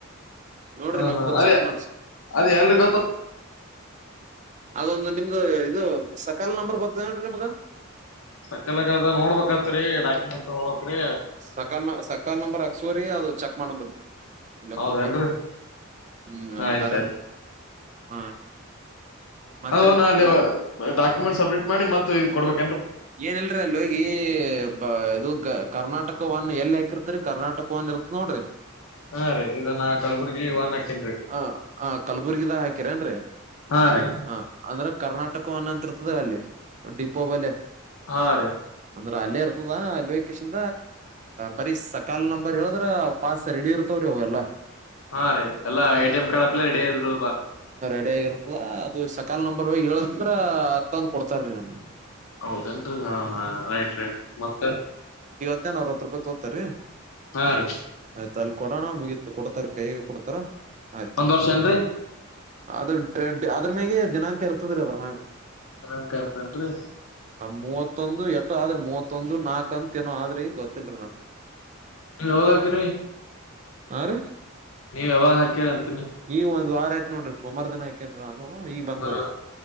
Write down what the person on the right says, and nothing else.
ನೋಡ್ರಿ
ನಿಮ್ದು
ಚೆಕ್ ಮಾಡ್ಸಿ
ಅದೊಂದು ನಿಮ್ದು ಇದು ಸಕಾಲ ನಂಬರ್ ಗತದನ್ರಿ ನಿಮ್ಗ.
ಸಕಾಲ ನ ಸಕಾಲ ನಂಬ್ರ ಹಕ್ಸವ್ರಿ ಅದು ಚೆಕ್ ಮಾಡೋದ್ರಿ. ಎಲ್ಲ
ಬುಕ್ಆತ್ರಿ. ಹ್ಮ್
ಡರೆಕ್
ಹಾ. ಮತ್ರಿ
ಏನಲ್ರ ಅಲ್ಲಿ ಹೋಗಿ ಬ ಇದುಗ. ಕರ್ನಾಟಕವನ್ ಎಲ್ ಹಾಕಿರ್ತರಿ ಕರ್ನಾಟಕವನ್ ಇರ್ತ ನೋಡ್ರಿ.
ಹ ಹ ಕಲಬುರ್ಗಿದ ಹಾಕಿರ ಅನ್ರೀ
ಹ ಅಂದ್ರ ಕರ್ನಾಟಕವನ್ನ. ತೃಪ್ತರ ಅಲ್ಲೇ ಡಿಪಬಲೆ.
ಅಂದ್ರ ಅಲ್ಲೇ ಇರ್ತದ ಅಲ್ವೆ ಕೇಶನ್ ಬರೀ ಸಕಾಲ ನಂಬರ್ ಹೇಳಿದ್ರೆ ಪಾಸ್ ರೆಡಿ ಇರ್ತದ. ಹೋ ಅಲ್ಲ.
ಆಗರತ್ತ ಅದು ಸಕಾಲ ನಂಬರ್ ಹೇಳಂದ್ರ ತಂದ್ ಕೊಡ್ತಾರ್ರೀ ನಮ್ಗೆ.
ಮತ್ತ ಅರವತ್ತು ರೂಪಾಯಿ ತೋತಾರೀ
ಆಯ್ತ ಅಲ್ಲಿ ಕೊಡೋಣ ಮುಗೀತು ಕೊಡ್ತಾರ ಕೈಯಗೆ ಕೊಡ್ತಾರ. ರೈಟ್
ಅದುಡ್ ಅದ್ರನ್ಯಾಗ ದಿನಾಂಕ ಇರ್ತದ್ರೀ ಅದ್ರ ಮ್ಯ.
ಮೂವತ್ತೊಂದು ಎಟ್ಟು ಆದ್ರಿ ಮೂವತ್ತೊಂದು ನಾಕ ಅಂತ ಏನೋ ಆದ್ರಿ ಗೊತ್ತಿಲ್ರಿ ನನ್.
ಹಾ ರಿ
ಈ ಒಂದ ವಾರ ಆಯ್ತ ನೋಡ್ರಿ ಸೋಮವಾರ ದನ ಆಕೇಾರಾ. ಈಗ ಬಂದ್ರೀ